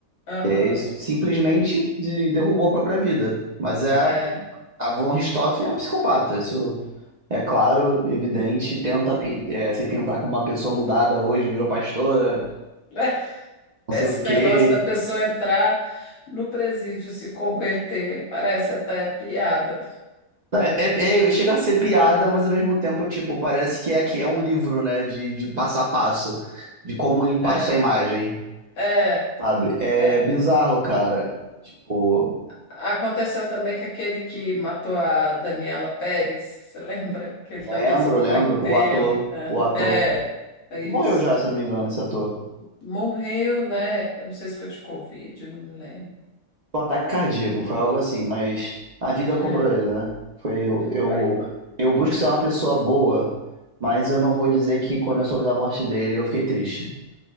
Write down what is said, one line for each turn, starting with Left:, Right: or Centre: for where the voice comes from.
Left: aham,
Right: E aí, simplesmente de, derrubou a própria vida. Mas é. A,
Left: é.
Right: a Von Richthofen é uma psicopata. Isso é claro, evidente. Tenta pin- é, se pintar como uma pessoa mudada hoje, virou pastora,
Left: <laughs>
Right: não
Left: Esse
Right: sei o quê.
Left: negócio da pessoa entrar no presídio e se converter, parece até piada.
Right: É, é- é- chega a ser piada, mas ao mesmo tempo, tipo, parece que é, que é um livro, né? De, de passo a passo, de como limpar
Left: É,
Right: sua imagem,
Left: é,
Right: sabe? É
Left: é.
Right: bizarro, cara. Tipo,
Left: Aconteceu também com aquele que matou a Daniela Pérez, você lembra? Que
Right: lembro,
Left: ele também se converteu.
Right: lembro. O ator,
Left: É,
Right: o ator.
Left: é, é
Right: Esse
Left: isso.
Right: morreu já, se eu não me engano, esse ator.
Left: Morreu, né? Eu não sei se foi de Covid, não me lembro.
Right: Foi um ataque cardíaco, foi algo assim, mas a vida
Left: É,
Right: cobrou ele, né? Foi eu, eu,
Left: foi-
Right: eu busco ser uma pessoa boa, mas eu não vou dizer que quando eu soube da morte dele, eu fiquei triste.